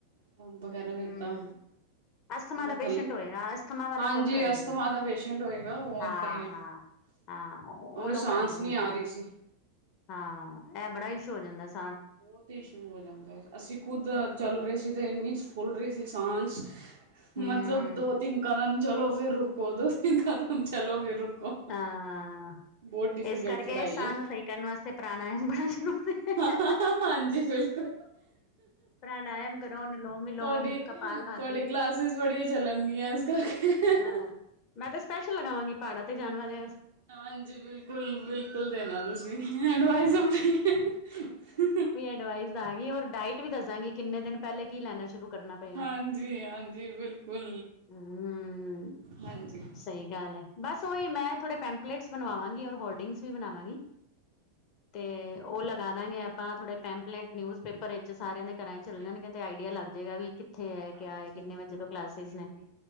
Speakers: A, on the right; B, on the left.
A: ਪੰਪ ਵਗੈਰਾ
B: ਹਮ
A: ਦਿੱਤਾ
B: ਅਸਥਮਾ
A: ਫੇਿਰ
B: ਦਾ
A: ਉਹ ਥੱਲੇ
B: ਪੇਸ਼ੈਂਟ ਹੋਏਗਾ ਅਸਥਮਾ ਵਾਲੇ
A: ਹਾਂਜੀ।
B: ਪੰਪ ਰੱਖਦੇ
A: ਅਸਥਮਾ
B: ਨੇ
A: ਦਾ ਪੇਸ਼ੈਂਟ ਹੋਏਗਾ ਉਹ
B: ਹਾਂ
A: ਤਾਂ ਹੀ ਆ।
B: ਹਾਂ ਹਾਂ ਉਹ
A: ਉਹਨੂੰ
B: ਲੋਕ
A: ਸਾਂਸ
B: ਰੱਖਦੇ ਨੇ
A: ਨੀ
B: ਪੰਪ
A: ਆ ਰੀ ਸੀ।
B: ਹਾਂ ਇਹ ਬੜਾ ਇਸ਼ ਹੋ ਜਾਂਦਾ ਸੀ।
A: ਬਹੁਤ ਹੀ ਇਸ਼ੂ ਹੋ ਜਾਂਦਾ ਅਸੀਂ ਖੁੱਦ ਚੱਲ। ਫ ਰ ਸੀ ਤੇ ਇੰਨੀ ਫੁੱਲ ਰਹੀ ਸੀ ਸਾਂਸ,
B: ਹਮ
A: ਮਤਲਬ ਦੋ ਤਿੰਨ ਕਦਮ। ਚਲੋ ਫੇਰ ਰੁਕੋ ਦੋ ਤਿੰਨ ਕਦਮ ਚਲੋ ਫਿਰ ਰੁਕੋ।
B: ਹਾਂ
A: ਬਹੁਤ ਡਿਫੀਕਲਟ
B: ਇਸ ਕਰਕੇ
A: ਚੜਾਈ
B: ਸਾਹ
A: ਹੈ
B: ਨੂੰ ਸਹੀ ਕਰਨ ਵਾਸਤੇ ਪ੍ਰਾਣਾਯਾਮ ਬੜਾ ਜ਼ਰੂਰੀ ਏ।
A: ਹਾਂਜੀ ਬਿਲਕੁੱਲ।
B: ਪ੍ਰਾਣਾਯਾਮ ਕਰੋ ਅਨੁਲੋਮ ਵਿਲੋਮ
A: ਤੁਹਾਡੀ-ਤੁਹਾਡੀ
B: ਕਪਾਲ ਭਾਤੀ
A: ਗਲਾਸ। ਬੱਸਿਸ ਬੜੀਆਂ ਚੱਲਣਗੀਆਂ ਅੱਜ ਕਰੱਲ
B: ਅਹ ਮੈਂ ਤੇ ਸਪੈਸ਼ਲ ਲਗਾਵਾਂਗੀ ਪਹਾੜਾਂ ਤੇ ਜਾਣ ਵਾਰੇ
A: ਹਾਂਜੀ ਬਿਲਕੁਲ ਬਿਲਕੁਲ ਦੇਣਾ ਤੁਸੀਂ ਐਡਵਾਈਸ ਆਪਣੀ
B: ਅਡਵਾਇਸ ਦਾਂਗੀ ਔਰ ਡਾਇਟ ਵੀ ਦੱਸ ਦਾਗੀ ਕਿੰਨੇ ਦਿਨ ਪਹਿਲੇ ਕੀ ਲੈਣਾ ਸ਼ੁਰੂ ਕਰਨਾ ਪਏਗਾ।
A: ਹਾਂਜੀ ਹਾਂਜੀ ਬਿਲਕੁਲ
B: ਹਮ
A: ਹਾਂਜੀ
B: ਸਹੀ ਗੱਲ ਹੈ ਬਸ ਉਹੀ ਮੈਂ ਥੋੜੇ ਪੈਂਪਲੇਟਸ ਬਣਾਵਾਵਾਂਗੀ ਔਰ ਹੋਰਡਿੰਗਸ ਵੀ ਬਣਾਵਾਂਗੀ। ਤੇ ਉਹ ਲਗਾ ਦਾਂਗੇ ਆਪਾਂ ਥੋੜੇ ਪੈਂਪਲੇਟ ਨਿਊਜ਼ ਪੇਪਰ ਵਿੱਚ ਸਾਰਿਆਂ ਦੇ ਘਰਾਂ ਚੱਲ
A: ਠੀਕ
B: ਜਾਣਗੇ ਤੇ ਆਈਡੀਆ ਲੱਗ ਜਾਏਗਾ ਵੀ ਕਿੱਥੇ ਹੈ
A: ਹਾਂਜੀ-ਹਾਂਜੀ
B: ਕਿਆ ਹੈ ਕਿੰਨੇ ਵਜੇ ਤੋਂ ਕਲਾਸਿਸ
A: ਬਿਲਕੁਲ
B: ਨੇ